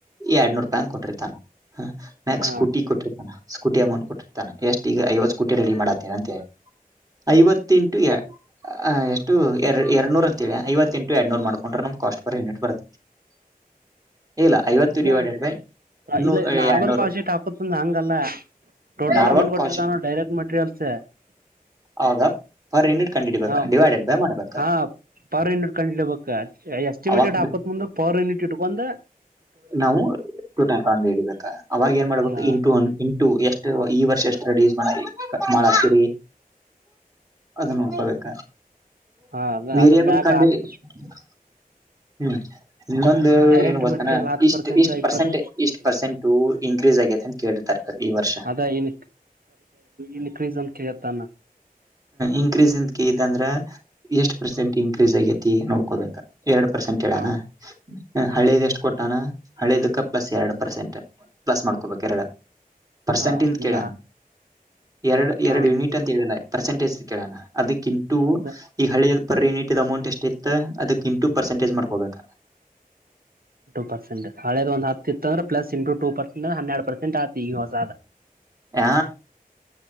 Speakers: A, on the right; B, on the right.
A: ಎರಡ್ನೂರ್ ರೂಪಾಯಿ ಕೊಟ್ಟಿರ್ತಾನ ಹ ನೆಕ್ಸ್ಟಸ್ಕೂಟಿ
B: ಹಾ
A: ಕೊಟ್ಟಿರ್ತಾನ ಸ್ಕೂಟಿ. ಮ ಕೊಟ್ಟಿತಾನೆ ಎಷ್ಟು ಈಗ ಐವತ್ತು ಸ್ಕೂಟಿ ರೆಡಿ ಮಾಡತ್ತೇನೆ ಅಂತೆ. ಐವತ್ತೆಂಟು ಎ ಆ ಎಷ್ಟು. ಎರ ಎರಡ್ ನೂರ್ ಅಂತೇಳ ಐವತ್ತ ಇಂಟು ಎರಡ್ನೂರ್ ಮಾಡ್ಕೊಂಡ್ರೆ ನಮ ಕಾಸ್ಟ್ ಪರ್ ಯೂನಿಟ್ ಬರುತ್ತೆ. ಇಲ್ಲ ಐವತ್ತು
B: ಇಲ್ಲ
A: ಡಿವೈಡೆಡ್ ಬೈ ನೂ
B: ಇಲ್ಲ ನಾರ್ಮಲ್
A: ಎರಡ್ನೂರು
B: ಕಾಶಿ ಾಕತ್ ಹಂಗಲ್ಲ ಟೋಟಲ್
A: ನಾರ್ಮಲ್
B: ಅಮೌಂಟ್ ಕೊಟ್ಟಿರ್ತಾನ
A: ಕಾಸ್ಟ್
B: ಡೈರೆಕ್ಟ್ ಮೆಟೀರಿಯಲ್ಸ್
A: ಅವಾಗ ಪರ್ ಯೂನಿಟ್ ಕಂಡು ಹಿಡಿಬೇಕ
B: ಹ.
A: ಡಿವೈಡೆಡ್ ಬೈ ಮಾಡ್ಬೇಕ
B: ಹಾ ಪರ್ ಯೂನಿಟ್ ಕಂಡಲಬೇಕ ಎಸ್ಟಿಮೇಟೆಡ್
A: ಅವಾಗ
B: ಹಾಕೋತ್ ಮುಂದೆ ಪರ್ ಯೂನಿಟ್ ಇಟ್ಕೊಂಡ್.
A: ನಾವು ಟೋಟಾಟ ಇಬೇಕ ಅವಾಗ ಏನ್ ಮಾಡ್ಬೇಕು
B: ಹ
A: ಇಂಟು ಇಂಟು ಎಷ್ಟು. ಈ ವರ್ಷ ಎಷ್ಟ ಅಡೂಸ್ ಮಾಡ ಕ ಮಾಡ ಹಕ್ತರಿ. ಅದ ನೋಡ್ಕೊಬೇಕ
B: ಹಾ ಅದ
A: ಬೇರರ್ಕಂಡು.
B: ಅದ್ರ ಮ್ಯಾಗ ಹತ್
A: <unintelligible> ಹ್ಮ್. ಇನ್ನೊಂದು
B: ಡೈರೆಕ್ಟ್
A: ಏನು ಗೊತ್ತಾನ.
B: ಮೆಟೀರಿಯಲ್ ಹತ್ತು
A: ಇಷ್ಟ ಇಷ್ಟ
B: ಇಪ್ಪತ್ತು
A: ಪರ್ಸೆಂಟ್ ಇಷ್ಟು ಪರ್ಸೆಂಟ್ ಇನ್ಕ್ರೀಸ್ ಆಗ ಅಂತ ಕೇತಾರೆ ಈ ವರ್ಷ
B: ಅದ ಇನ್ ಇನ್ಕ್ರೀಸ್ ಅಂತ ಕೇಳ್ತಾನ
A: ಇಕ್ರೀಸ್ ಇದಂದ್ರ. <unintelligible> ಎಷ್ಟ ಪರ್ಸೆಂಟ್ ಇನ್ಕ್ರೀಸ್ ಆಗೈತಿ ನೋಡ್ಕೋಬೇಕಾ. ಎರಡು ಪರ್ಸೆಂಟ್ಡ
B: ಹಾ
A: ಅನಾ ಹಳ್ಳದ ಎಷ್ಟು ಕೊಟ್ಟ. ಹನ ಹಳೆದಕ್ಕ. ಪ್ಲಸ್ ಎರಡು ಪರ್ಸೆಂಟ್ ಪ್ಲಸ್ ಮಾಡ್. ಬೇಕ ಎರಡ ಪರ್ಸೆಂಟಿಂದ
B: ಹಾ
A: ಕೇಳ. ಎರಡು
B: ಹಾ
A: ಎರಡು ಯುನಿಟ್ ಅಂತ ಹೇಳಿದ. ಪರ್ಸೆಟೇಜ್ ಕೇಳೋಣ. ಅದಕ್ಕಿಂತಟು
B: ಅದ
A: ಈಗ ಹಳಿದ ಪರ್ ಯೂನಿಟ್ ಅಮೌಂಟ್ ಎಷ್ಟ ಇತ್ತು ಅದಕ್ಕಿಂಟು ಪರ್ಸೆಟೇಜ್ ಮಾಡ್ಕೊಬೇಕ.
B: ಟ ಪರ್ಸೆಂಟ್. ಹಳೆದ ಒಂದು ಹತ್ತುತ್ತಂದ್ರ ಪ್ಸ್ ಇಟ ಟ ಪರ್ ಅಂದ್ರ ಹೆರಡುರ್. ಮಂಟ್ ಆತಿ ಹೊ ಜ.
A: ಹ.